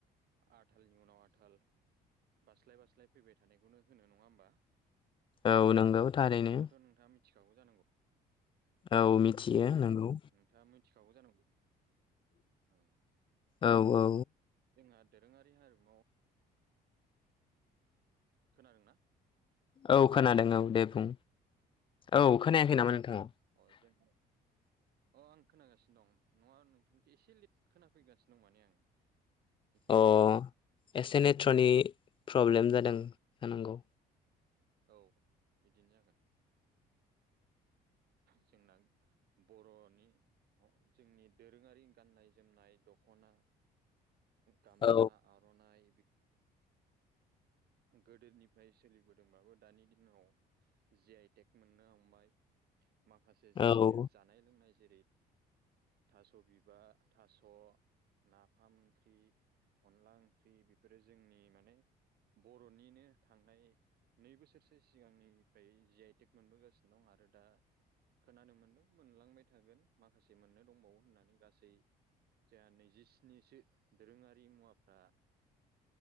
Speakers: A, on the right; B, on the left.
A: आथालनि उनाव आथाल बास्लाय बास्लाय फैबाय थानायखौनो होनो नङा होमबा
B: औ नंगौ थारैनो
A: बेखौथ' नोंथाङा मिथिखागौ जानांगौ
B: औ
A: ओं
B: मिथियो नंगौ
A: नोंथाङा मिथिखागौ जानांगौ ओं
B: औ औ
A: जोंहा दोरोङारि हारिमुआव खोनादोंना
B: औ खोनादों औ दे
A: हेलौ
B: बुं औ खोनायाखै नामा नोंथाङा
A: अ जों
B: <inaudible>
A: अ आं खोनागासिनो दं नङा नोंथांनिखो एसे लेट खोनाफैगासिनो दं माने आं बेखायनो
B: अ एसे नेट्र'नि प्रब्लेम
A: उम
B: जादों जानांगौ
A: औ बिदिनो जागोन जोंना बर'नि जोंनि दोरोङारि गाननाय जोमनाय दख'ना गामसा
B: औ
A: आर'नाइ गोदोनिफ्राय सोलिबोदों दोंबाबो दानि दिनाव जे आइ टेक मोननो हमबाय माखासे जोंनिनो
B: औ
A: जानाय लोंनाय जेरै थास' बिबार थास' नाफाम ओंख्रि अनला ओंख्रि बेफोरो जोंनि माने बर'निनो थांनाय नै बोसोरसो सिगांनिफ्राय जि आइ टेक मोनबोगासिनो दं आरो दा खोनानो मोनदों मोनलांबाय थागोन माखासे मोननो दंबावो होननानै गासै जोंहा नैजिस्निसो दोरोङारि मुवाफ्रा